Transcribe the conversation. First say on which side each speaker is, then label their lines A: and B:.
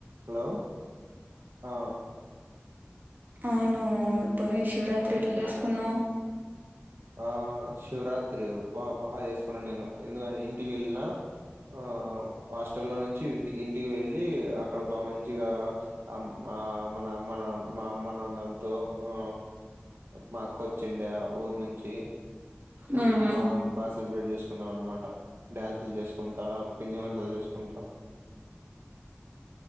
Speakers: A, on the right; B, on the right.
A: Hello ఆ
B: అవును పోయిన శివరాత్రి ఎట్లా చేసుకునావ్?
A: ఆ శివరాత్రి బా బాగా చేసుకున్నా నేను ఎందుకానీ, ఇంటికి వెళ్ళిన ఆ హాస్టల్లో నుంచి ఇంటికి ఇంటికి వెళ్ళి అక్కడ బాగా మంచిగా ఉమ్ బావ్ మన అమ్మ నాన్నలు మా అమ్మ నాన్నలతో ఆ మా అక్క ఓచిందా? ఊరు నుంచి
B: మ్మ్
A: బాగుంది బాగా సెలబ్రేట్ చేసుకున్నాం అనమాట. డ్యాన్సులు చేసుకుంటా పిండి వంటలు చేసుకుంటా